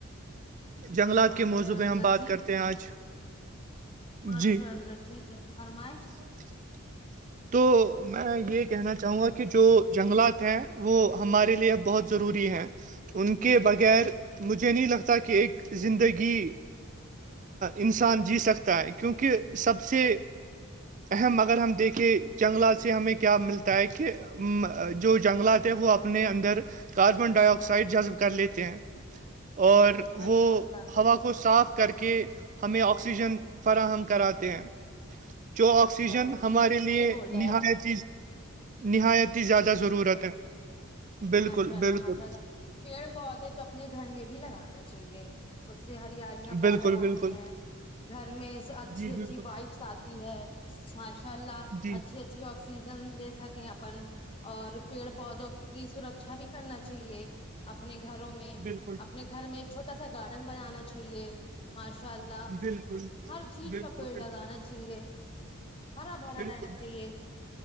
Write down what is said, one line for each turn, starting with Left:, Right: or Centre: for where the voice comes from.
Right: جنگلات
Left: ماشاء
Right: کے موضوع
Left: اللہ
Right: میں ہم بات
Left: جی
Right: کرتے آج
Left: ماشاء
Right: جی
Left: اللہ ٹھیک ہے فرمائ
Right: <inaudible> تو میں یہ کہنا چاہوں گا کہ جو جنگلات ہیں وہ ہمارے لیے بہت ضروری ہے ان کے بغیر مجھے نہیں لگتا کہ ایک زندگی کہ انسان جی سکتا ہے کیونکہ سب سے اہم اگر ہم دیکھ کہ جنگلات سے ہمیں کیا ملتا ہے کہ جو جنگلات ہیں وہ اپنے اندر کاربن ڈائی آکسائڈ جذب کر لیتے ہیں اور
Left: ماشاء
Right: وہ
Left: اللہ
Right: ہوا کو کو صاف کر کے ہمیں آکسیجن فراہم کراتے ہیں جو
Left: ماشاء
Right: آکسیجن
Left: اللہ
Right: ہمارے
Left: جی جی
Right: لیے
Left: صحیح بول رہے ہیں
Right: نہایت
Left: آپ
Right: ہی نہایت زیادہ ضرورت ہے بالکل
Left: ماشاء اللہ
Right: بالکل
Left: ماشاء اللہ پیڑ پودے تو اپنے گھر میں بھی لگانا چاہیے اس سے ہریالی پیدا
Right: بالکل
Left: ہوتی
Right: بالکل
Left: ہیں گھر میں اچھی
Right: جی
Left: اچھی
Right: بالکل
Left: وائفس آتی ہے ماشاء اللہ
Right: جی
Left: اچھی اچھی آکسیجن لے سکیں اپن اور پیڑ پودوں کی سرکشا بھی کرنا چاہیے اپنے گھروں
Right: بالکل
Left: اپنے گھر میں ایک چھوٹا سا گارڈن بنانا چاہیے ماشاء اللہ
Right: بالکل
Left: ہر چیز
Right: بالکل
Left: کا پیڑ
Right: بالکل
Left: لگانا چاہیے ہرا بھرا
Right: بالکل
Left: رہنا چاہیے